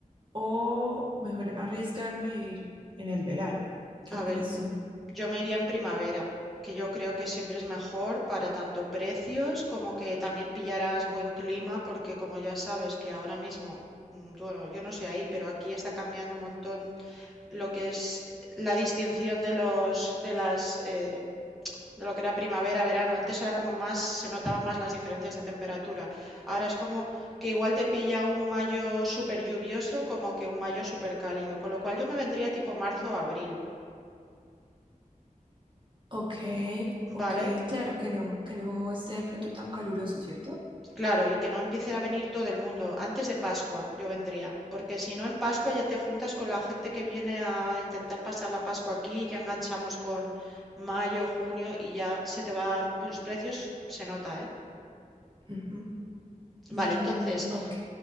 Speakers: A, on the right (about 35°); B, in the centre.
A: o mejor arriesgarme a ir en el verano. ¿Qué opinas
B: A ver,
A: tú?
B: Yo me iría en primavera, que yo creo que siempre es mejor para tanto precios como que también pillarás buen clima, porque como ya sabes que ahora mismo, mm, bueno, yo no sé ahí, pero aquí está cambiando un montón lo que es la distinción de los, de las, eh, de lo que era primavera, verano. Antes era como más, se notaban más las diferencias de temperatura. Ahora es como que igual te pilla un mayo súper lluvioso como que un mayo súper cálido, con lo cual yo me vendría tipo marzo o abril.
A: Ok, ok,
B: Vale,
A: claro que no, que no esté de pronto tan caluroso, ¿cierto?
B: Claro, y que no empiece a venir todo el mundo. Antes de Pascua yo vendría, porque si no en Pascua ya te juntas con la gente que viene a intentar pasar la Pascua aquí, ya enganchamos con mayo, junio y ya se te va los precios, se nota, ¿eh?
A: Ujú. Mm,
B: Vale, entonces
A: ok.